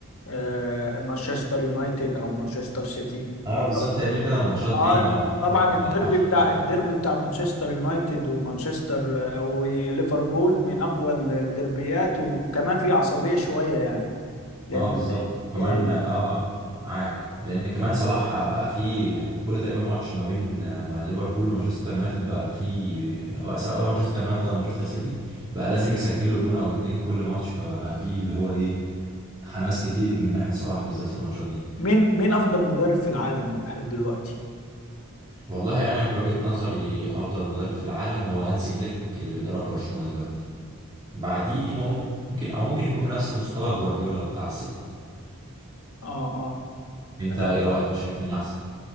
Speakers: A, on the left; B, on the right.
A: آه، مانشستر يونايتد او مانشستر سيتي
B: اه بالظبط
A: طب-
B: هي كده كده الماتشات
A: آه،
B: دي ما ما لازم
A: طبعا الديربي
B: ما ينفعش تتفوت
A: بتاع الديربي بتاع مانشستر يونايتد ومانشستر آه، وليفربول من اقوى الديربيات وكمان في عصبيه شويه يعني لان
B: اه بالظبط كمان
A: آه،
B: اه معاك لان كمان صلاح بقى فيه يعني كل تقريبا ماتش ما بين آه، ما ليفربول ومانشستر يونايتد بقى فيه او سواء بقى مانشستر يونايتد او مانشستر سيتي بقى لازم يسجل له جون او اتنين كل ماتش فبقى فيه اللي هو ايه حماس كتير من ناحية صلاح بالذات في الماتشات دي
A: مين مين افضل مدرب في العالم دلوقتي
B: والله انا في وجهة نظري افضل مدرب في العالم هو هانسي فليك اللي بيدرب برشلونة دلوقتي بعديه ممكن او ممكن يكون في نفس مستوى جوارديولا بتاع السيتي
A: اه اه
B: انت
A: آه،
B: ايه رأيك شايف مين احسن